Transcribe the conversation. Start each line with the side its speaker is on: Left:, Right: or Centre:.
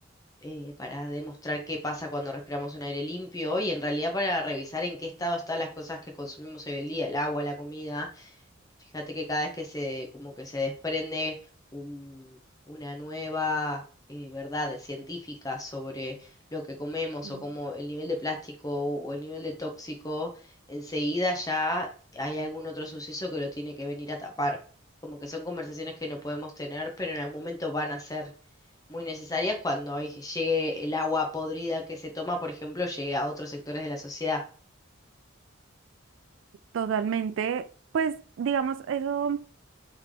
Left: eh, para demostrar qué pasa cuando respiramos un aire limpio y en realidad para revisar en qué estado están las cosas que consumimos hoy en día, el agua, la comida. Fíjate que cada vez que se, como que se desprende un- una nueva eh, verdad científica sobre lo que comemos
Right: ujú.
Left: o como el nivel de plástico o el nivel de tóxico, enseguida ya hay algún otro suceso que lo tiene que venir a tapar. Como que son conversaciones que no podemos tener, pero en algún momento van a ser muy necesarias cuando hay- llegue el agua podrida que se toma, por ejemplo, llegue a otros sectores de la sociedad.
Right: Totalmente, pues digamos eso,